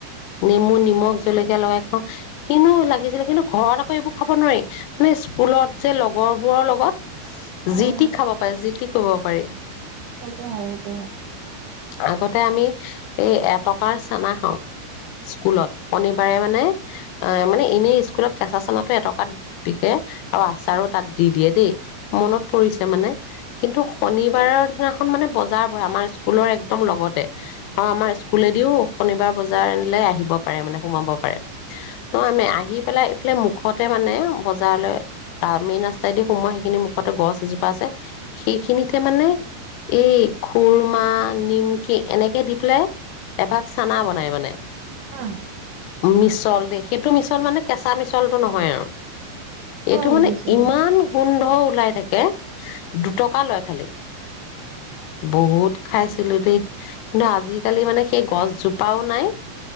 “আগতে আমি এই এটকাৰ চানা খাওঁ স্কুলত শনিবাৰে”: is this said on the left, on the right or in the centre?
Left